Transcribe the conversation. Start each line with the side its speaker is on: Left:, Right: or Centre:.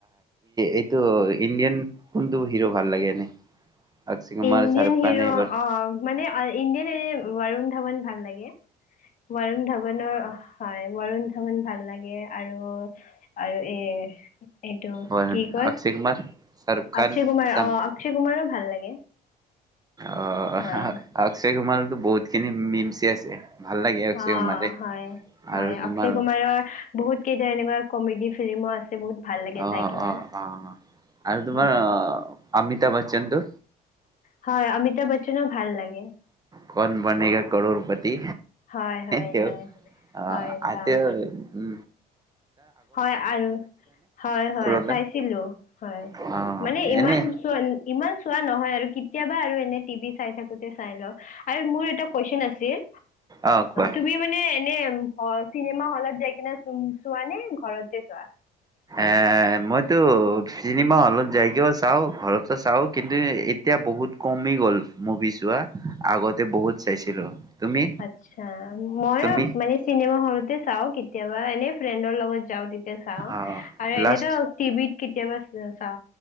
Right: এইটো ইণ্ডিয়ান কোনটো হিৰো ভাল লাগে এনে? অক্ষয় কুমাৰ
Left: ইণ্ডিয়া
Right: শাহৰুখ খান
Left: হিৰ
Right: এইবাৰ
Left: অ মানে ইণ্ডিয়া এই বৰুণ ধাৱন ভাল লাগে। বৰুণ ধাৱনৰ হয় বৰুণ ধাৱন।। ভাল লাগে আৰু আৰু এ।। এইটো
Right: বৰুণ
Left: কি কয়?
Right: অক্ষয় কুমাৰ শাহৰুখ খান
Left: অক্ষয় কুমাৰ
Right: চাম
Left: অ অক্ষয় কুমাৰক।। ভাল লাগে
Right: অ
Left: হয়
Right: অক্ষয় কুমাৰ বহুত খিনি মিমচি আছে। ভাল লাগে অক্ষয়
Left: অ
Right: কুমাৰে
Left: হয় হয়
Right: আৰু তোমাৰ
Left: অক্ষয় কুমাৰৰ বহুত কেইটা এনেকুৱা কমেডি ফিল্মো আছে বহুত ভাল লাগে
Right: অ
Left: চাই কিনা
Right: অ অ আৰু তোমাৰ
Left: হয়
Right: অমিতা বচ্চনটো?
Left: হয় অমিতাভ বচ্চনো ভাল লাগে।
Right: কন বনেগা কৰৰ পতি
Left: হয় হয়
Right: তেওঁ
Left: হয়
Right: আ
Left: হয় চাওঁ
Right: তেওঁ উ
Left: হয় আৰু হয় হয়
Right: পুৰলে
Left: চাইছিলো হয়
Right: অ
Left: মানে ইমান
Right: এনে
Left: চ ইমান চোৱা নহয় আৰু কেতিয়াবা আৰু এনে টিভি চাই থ কোটতে চাই ল আৰু মোৰ এতা কোৱাঁচোন আছিল
Right: অ কোৱা
Left: তুমি মানে এনী চিনেমা হলত যায় কিনে উম চোৱা নে? ঘৰতে চোৱা।
Right: এ মইতো চিনেমা হলত যাইগেও চাওঁ ঘৰতো চাওঁ কিন্তু এতিয়া বহুত কমি গ'ল। মভিছোৱা আগতে বহুত চাইছিলো তুমি
Left: আচছা মইো
Right: তুমি
Left: মানে চিনেমা হলত চাও কেতিয়াবা এনেই ফ্ৰেণ্ডৰ লগত যাওঁ তেতিয়া চাওঁ
Right: অ
Left: আৰু এনেতো
Right: লাষ্ট
Left: টিভিত কেতিয়াবা ছা